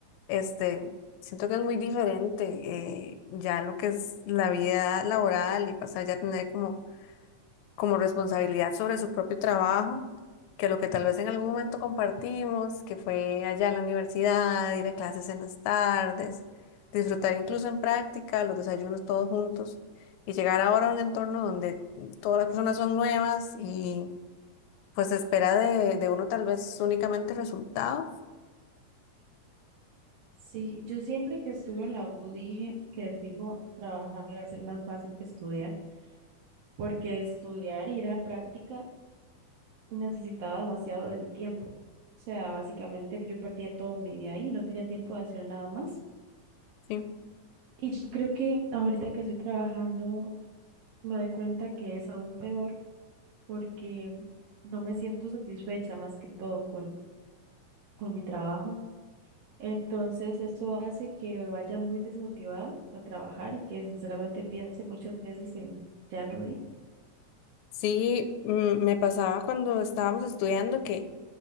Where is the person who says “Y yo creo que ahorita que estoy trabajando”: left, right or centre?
Right